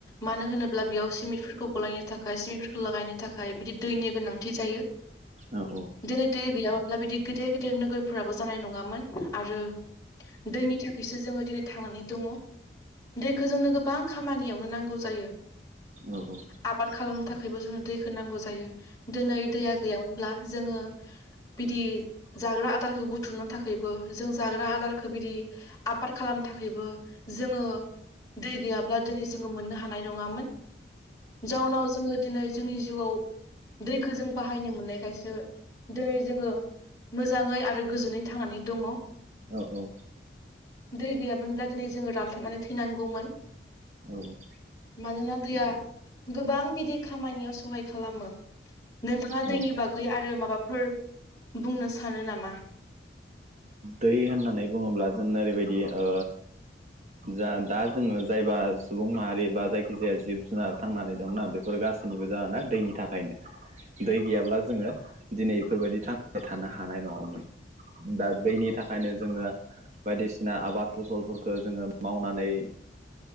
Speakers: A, on the left (about 20°); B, on the right (about 40°).
A: मानो होनोब्ला बियाव सिमिटफोरखौ गलायनो थाखाय सिमिटफोरखौ लागायनो थाखाय बिदि दैनि गोनांथि जायो।
B: औ औ।
A: दोनै दै गैयामोनब्ला बिदि गिदिर गिदिर नोगोरफोराबो जानाय नङामोन आरो दैनि थाखैसो जोङो दिनै थांनानै दङ। दैखो जोंनो गोबां खामानियावनो नांगौ जायो।
B: औ औ।
A: आबाद खालामनो थाखायबो जोंनो दैखो नांगौ जायो। दोनै दैया गैयामोनब्ला जोङो बिदि जाग्रा आदारखो बुथुमनो थाखैबो जों जाग्रा आदारखो बिदि आबाद खालामन थाखैबो जोङो दै गैयाब्ला दिनै जोङो मोननो हानाय नङामोन। जाउनाव जोङो दिनै जोंनि जिउआव दैखौ जों बाहायनो मोननायखायसो दिनै जोङो मोजाङै आरो गोजोनै थांनानै दङ।
B: औ औ।
A: दै गैयामोनब्ला दिनै जोङो रानथाबनानै थैनांगौमोन।
B: औ।
A: मानोना दैया गोबां बिदि खामानियाव सहाय खालामो। नोंथाङा
B: औ
A: दैनि बागै आरो माबाफोर बुंनो सानो नामा?
B: दै होननानै बुङोब्ला जों ओरैबायदि ओ जा दा जोङो जायबा सुबुं माहारि बा जायखिजाया जिब जुनार थांनानै दंना बेफोर गासै बो जाहाना दैनि थाखायनो। दै गैयाब्ला जोङो दिनै बेफोरबायदि थांबाय थानो हानाय नङामोन। दा दैनि थाखायनो जोङो बायदिसिना आबाद फसलफोरखौ जोङो मावनानै